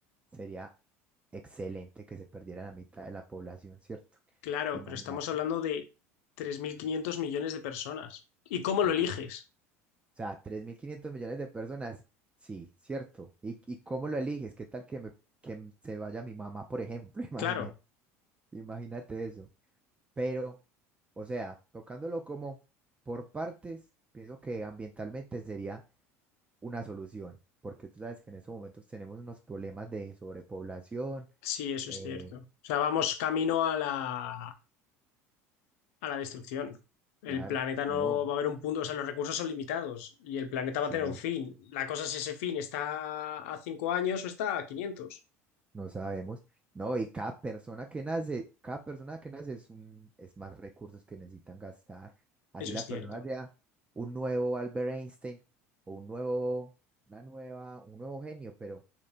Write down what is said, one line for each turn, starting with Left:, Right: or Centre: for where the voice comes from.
Right: sería excelente que se perdiera la mitad de la población, ¿cierto?
Left: claro,
Right: Imagínate,
Left: pero estamos hablando de 3.500 millones de personas. ¿Y cómo
Right: claro.
Left: lo eliges?
Right: O sea, 3.500 millones de personas, sí, ¿cierto? ¿Y, y cómo lo eliges? ¿Qué tal que, me, que m- se vaya mi mamá, por ejemplo? <laughs> Imagínate,
Left: Claro,
Right: imagínate eso. Pero, o sea, tocándolo como por partes, pienso que ambientalmente sería una solución, porque tú sabes que en estos momentos tenemos unos problemas de sobrepoblación.
Left: sí, eso
Right: eh,
Left: es cierto. O sea, vamos camino a la, a la destrucción. El
Right: claro,
Left: planeta no
Right: no,
Left: va a haber un punto, o sea, los recursos son limitados y el planeta
Right: sí.
Left: va a tener un fin. La cosa es si ese fin está a 5 años o está a 500.
Right: No sabemos. No, y cada persona que nace, cada persona que nace es un, es más recursos que necesitan gastar. Así
Left: Eso
Right: la
Left: es cierto.
Right: persona sea un nuevo Albert Einstein o un nuevo, una nueva, un nuevo genio, pero